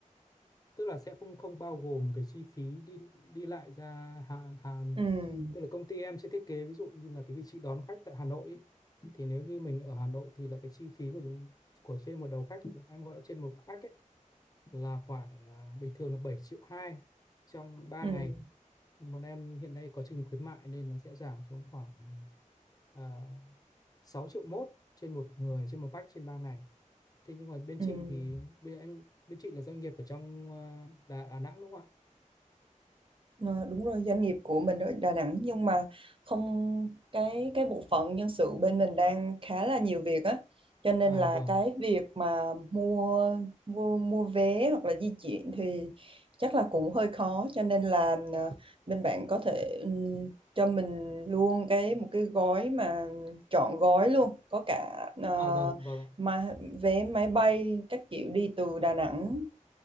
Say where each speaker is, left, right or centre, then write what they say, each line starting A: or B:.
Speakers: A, on the left (about 30°); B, on the right (about 40°).
A: tức là sẽ không không bao gồm cái chi phí đi đi lại ra Hà, Hà
B: Ừm,
A: tức là công ty em sẽ thiết kế ví dụ như là cái vị trí đón khách tại Hà Nội ý, thì nếu như mình ở Hà Nội thì là cái chi phí của chúng của trên một đầu khách em gọi là trên một khách ấy, là khoảng à, bình thường là 7 triệu 2 trong ba
B: ừm,
A: ngày bọn em hiện nay có chương trình khuyến mại nên nó sẽ giảm xuống khoảng à, 6 triệu mốt trên một người trên một bách trên 3 ngày thế nhưng mà bên
B: ừm.
A: chị thì bên anh bên chị là doanh nghiệp ở trong ờ, Đà, Đà Nẵng đúng không ạ
B: Ờ, đúng rồi doanh nghiệp của mình ở Đà Nẵng nhưng mà không cái cái bộ phận nhân sự bên mình đang khá là nhiều việc á cho nên
A: à
B: là
A: vâng
B: cái việc mà mua mua mua vé hoặc là di chuyển thì chắc là cũng hơi khó cho nên là ờ, bên bạn có thể ừm, cho mình luôn cái một cái gói mà trọn gói luôn có cả ờ,
A: à vâng vâng ạ.
B: mà vé máy bay các kiểu đi từ Đà Nẵng